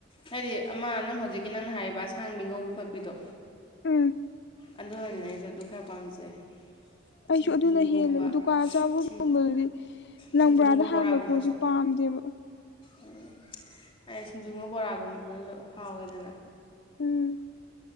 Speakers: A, on the left; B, on the left.
A: ꯍꯥꯏꯗꯤ ꯑꯃ ꯅꯪ ꯍꯧꯖꯤꯛꯀꯤ ꯅꯪꯅ ꯍꯥꯏꯕ ꯑꯁꯥꯡꯕꯤ ꯉꯧꯕꯤ ꯈꯣꯠꯄꯤꯗꯣ
B: ꯎꯝ
A: ꯑꯗꯨꯅ ꯑꯩꯁꯨ ꯑꯗꯨ ꯈꯔ ꯄꯥꯝꯖꯩ
B: ꯑꯩꯁꯨ
A: ꯁꯤꯡꯖꯨꯒꯨꯝꯕ
B: ꯑꯗꯨꯅ ꯍꯦꯜꯂꯦꯕ ꯗꯨꯀꯥꯟ ꯑꯆꯥꯄꯣꯠꯒꯨꯝꯕꯗꯨꯗꯤ
A: ꯁꯤꯡ ꯁꯤꯡꯖꯨꯒꯨꯝꯕ
B: ꯂꯪꯕ꯭ꯔꯥꯗ
A: ꯕꯣꯔꯥꯒꯨꯝꯕꯁꯨ
B: ꯍꯥꯟꯕ ꯄꯣꯠꯁꯦ ꯄꯥꯝꯗꯦꯕ
A: ꯎꯝ ꯑꯩ ꯁꯤꯡꯖꯨꯒ ꯕꯣꯔꯥꯒꯨꯝꯕꯗꯨꯅꯁꯨ ꯍꯥꯎꯋꯦꯗꯅ
B: ꯎꯝ